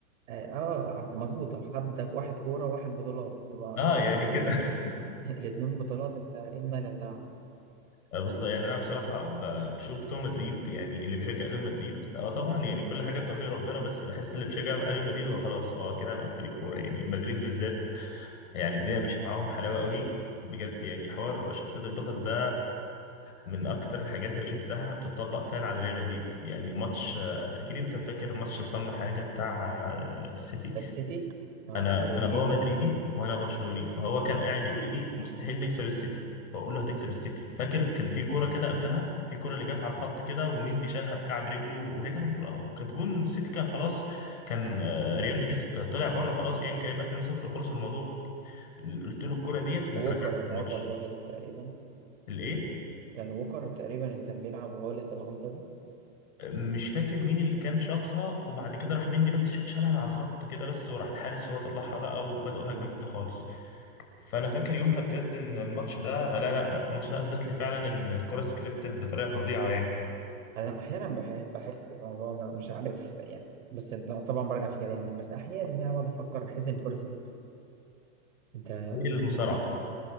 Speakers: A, on the right; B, on the left.
A: اه آه، مظبوطة حد واحد كورة واحد بطولات
B: <laughs>
A: تبقى
B: اه
A: ظابطة
B: يعني
A: لكن
B: كده <laughs>
A: آه، <laughs> الاتنين بطولات انت ايه الملل ده؟
B: آه بالظبط يعني انا بصراحه ب- بشوف بتوع مدريد يعني اللي بيشجع ريال مدريد اه طبعا يعني كل حاجه بتوفيق ربنا بس بحس اللي بيشجع ريال مدريد هو خلاص هو كده مقفل الكوره يعني مدريد بالذات يعني الدنيا
A: مم.
B: ماشيه معاهم حلاوه قوي بجد يعني حوار شخصيه البطل ده من اكتر الحاجات اللي شفتها بتطبق فعلا على ريال مدريد يعني ماتش اكيد انت فاكر ماتش الفم حاجه بتاع آه، السيتي
A: بس سيتي اه
B: انا
A: رودريجو
B: انا بابا مدريدي وانا برشلوني فهو كان قاعد يقول لي مستحيل نكسب السيتي بقول له هتكسب السيتي
A: اه
B: فاكر كان في كوره كده قبلها في كوره اللي جت على الخط كده وميندي شالها بكعب رجله وهي كانت انفرا- كانت جون السيتي كان خلاص كان آه،
A: آه.
B: ريال مدريد طلع بره خلاص يعني كان يبقى 2-0 وخلص الموضوع قلت له الكرة ديت اللي
A: ووكر
B: هترجعك
A: ساعتها
B: في الماتش
A: اللي غلط تقريبا
B: الايه
A: كان ووكر تقريبا اللي كان بيلعب وغلط الغلطة دي
B: مش فاكر مين اللي كان شاطها وبعد كده راح مندي بس ش- شالها من على الخط كده بس وراح الحارس هو طلعها بقى وبدأوا
A: مم.
B: هجمة كده خالص فانا فاكر يومها بجد ان الماتش ده لا لا ده الماتش ده اثبت لي فعلا ان الكرة سكريبتد بطريقة فظيعة يعني
A: أنا أحيانا بح- بحس بالموضوع ده مش عارف يعني بس لا، طبعا برجع في كلامي يعني بس أحيانا يعني بقعد أفكر أحس إن الكورة سكريبت أنت
B: زي المصارعة
A: ليك